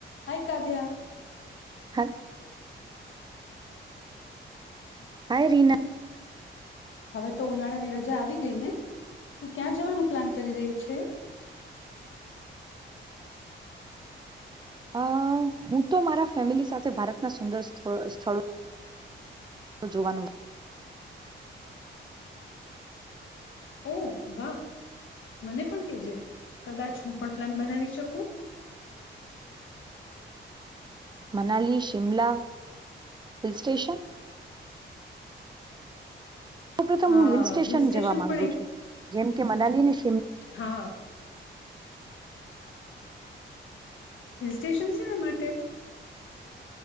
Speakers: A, on the left (about 80°); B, on the right (about 20°).
A: હાય કાવ્યા
B: હા હાય રીના
A: હવે તો ઉનાળાની રજા આવી ગઈ ને તું ક્યાં જવાનો પ્લાન કરી રહી છે
B: અ હું તો મારા ફેમિલી સાથે ભારતના સુંદર સ્થ સ્થળો તો જોવાનું
A: ઓ વાહ મને પણ કેજે કદાચ હું પણ પ્લાન બનાવી શકું
B: મનાલી શિમલા હિલસ્ટ્ટેશન સૌ પ્રથમ
A: હા
B: હું હિલ સ્ટેશન જવા માંગુ
A: પણ એક
B: છું જેમ કે મનાલી ની
A: હા હિલ સ્ટેશન શેના માટે